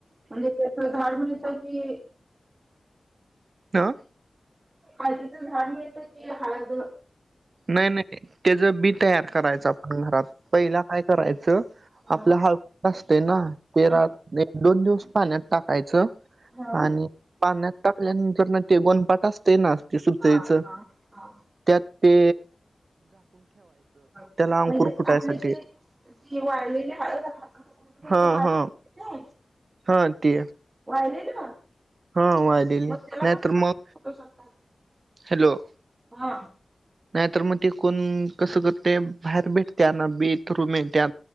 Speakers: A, on the right (about 30°); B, on the right (about 55°).
A: म्हणजे त्यास दहामीनट कीं अ
B: तअं
A: हलदच झाड मिळत की. हलद
B: नाही, नाही त्याच बी तयार करायचं आपण घरात पहिला काय? करायचं आपल्या
A: हा
B: हळकूड असते नां पेरात
A: हा
B: दोन दिवस पाण्यातं टाकायचं
A: हा
B: आणि पाण्यात टाकल्यानंतर नां ते गोनपाट असते नां ते सुतयचं
A: हा हा हा
B: त्यातं ते
A: म्हणजे
B: त्याला अंकुर फुटायसाठी
A: आपले ते ती वाळलेली हळद <unintelligible>
B: हा हा हा ते
A: वाळलेली मग
B: हा वाळलेली
A: त्याला
B: नाही
A: कस
B: तर मग
A: फुटू शकतात.
B: हॅलो
A: हा
B: नाहीतर मग ते कोण कसं करते बाहेर भेटत्या ना बी थ्रू मिळत्या